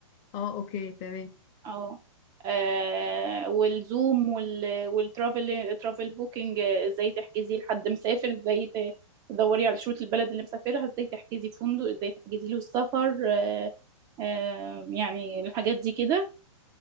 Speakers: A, on the left; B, on the right.
A: اه اوكي تمام
B: اه آه، والزوم وال... والترافل ترافل بوكينج آه، ازاي تحجزي لحد مسافر ازاي ت- تدوري على شروط البلد اللي مسافرها ازاي تحجزي فندق ازاي تحجزي له السفر آه، آه، يعني الحاجات دي كده